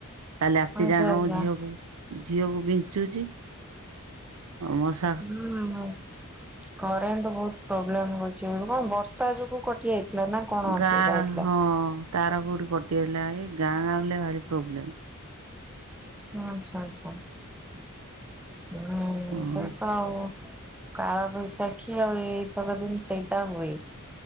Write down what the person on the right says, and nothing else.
କାଲି ରାତି
ଯାକ
ମୁଁ ଝିଅକୁ ଝିଅକୁ ବିଞ୍ଚୁଛି ଆଉ ମସା
ଗାଁ
ହଁ ତାର କୋଉଠି କଟିଯାଇଥିଲା ଏଇ ଗାଁ ହେଲେ ଭାରି ପ୍ରୋବ୍ଲେମ୍।
ହଁ